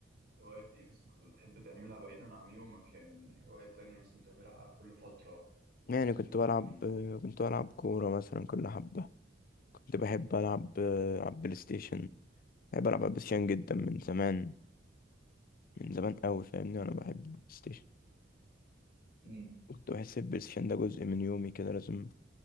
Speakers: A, on the right; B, on the left.
A: هوايات إيه مثلا كنت بتحب تعملها بعيدا عن يومك يعني هوايات تانية مثلا بتعملها كل فترة
B: يعني كنت
A: آه،
B: بلعب
A: يعني
B: كنت بلعب كوره مثلا كل حبه كنت بحب العب العب بلاي ستيشن بحب العب بلاي ستيشن جدا من زمان من زمان قوي فاهمني انا بحب البلاي ستيشن
A: مم.
B: كنت بحس البلاي ستيشن ده جزء من يومي كده لازم ما